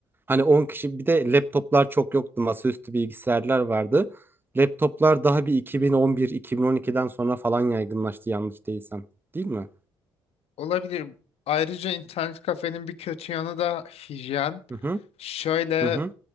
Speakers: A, on the right; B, on the left.
A: Hani on kişi bir de laptoplar çok yoktu. Masaüstü bilgisayarlar vardı. Laptoplar daha bir 2011-2012'den sonra falan yaygınlaştı yanlış değilsem. Değil mi?
B: olabilir. Ayrıca internet kafenin bir kötü yanı da hijyen.
A: Hı hı
B: Şöyle
A: hı hı